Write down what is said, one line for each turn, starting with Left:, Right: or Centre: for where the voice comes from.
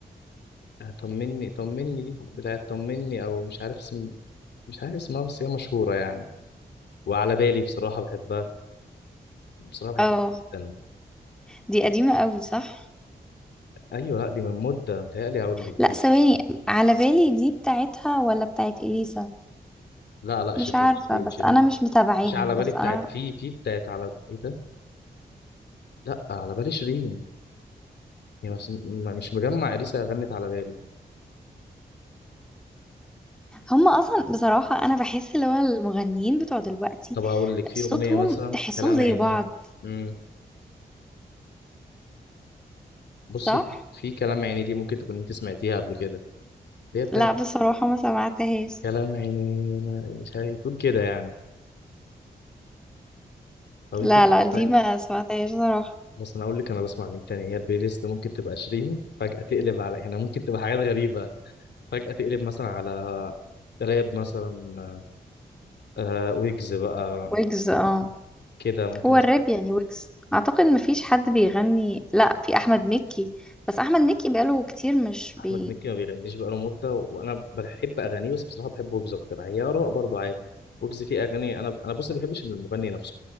Left: آه، طمني طمني دي بتاعت طمني او مش عارف اسم مش عارف اسمها بس هي مشهوره يعني وعلى بالي بصراحه بحبها بصراحه
Centre: اه
Left: بحبها جدا
Centre: دي قديمة قوي صح
Left: ايوه لا دي من مده متهيألي هقول لك
Centre: لا ثواني على بالي دي بتاعتها ولا بتاعت اليسا
Left: لا لا
Centre: مش
Left: شيرين
Centre: عارفة
Left: شيرين
Centre: بس
Left: شيرين
Centre: انا مش متابعيهم
Left: مش على بالي
Centre: بس
Left: بتاعت
Centre: انا
Left: في في بتاعت على ايه ده لا على بالي شيرين يعني بس م- مش مجمع اليسا غنت على بالي
Centre: هم اصلا بصراحة انا بحس اللي هو المغنيين بتوع دلوقتي
Left: طب اقول لك في
Centre: صوتهم
Left: اغنيه مثلا
Centre: تحسهم
Left: كلام
Centre: زي
Left: عينيه
Centre: بعض
Left: امم بصي
Centre: صح
Left: في, في كلام عينيه دي ممكن تكون انت سمعتيها قبل كده دي بتاعت
Centre: لا بصراحة ما سمعتهاش
Left: كلام عينيه ما- مش عارف تقول كده يعني طب انت
Centre: لا لا دي
Left: ما-
Centre: ما سمعتهاش صراحة
Left: خلاص انا اقول لك انا بسمع مين تاني هي البلاي ليست ممكن تبقى 20 فجاه تقلب على يعني ممكن تبقى حاجات غريبه فجاه تقلب مثلا على راب مثلا آه ويجز بقى
Centre: ويجز اه
Left: كده ممكن
Centre: هو الراب يعني ويجز اعتقد ما فيش حد بيغني لا في احمد مكي بس احمد مكي بقاله كتير مش
Left: احمد
Centre: بي
Left: مكي ما بيغنيش بقاله مده وانا بحب اغانيه بس بصراحه بحب ويجز اكتر هي اراء برضه عادي ويجز فيه اغاني انا انا بص ما بحبش المغني نفسه